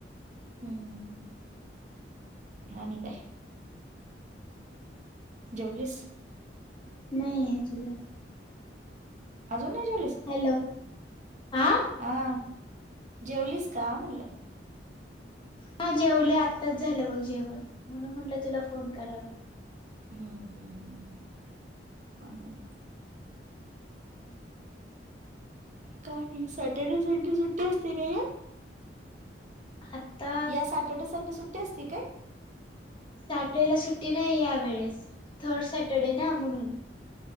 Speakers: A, on the right; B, on the left.
A: हम्म हम् आणि काय? जेवलीस?
B: नाही आहे तुझा
A: अजून नाही जेवलीस?
B: हॅलो आ?
A: हा जेवलीस का म्हटलं.
B: हा जेवले आत्ताच झालं बघ जेवण म्हणून म्हटलं तुला फोन करावं.
A: हम्म हम्म हम् ह् आणि
B: आणि काय नाही
A: काय नाही सॅटरडे संडे सुट्टी असते काय?
B: आता
A: या सॅटर्डे संडे सुट्टी असती काय
B: सॅटर्डे ला सुट्टी नाही यावेेळेस थर्ड सॅटरडे ना म्हणून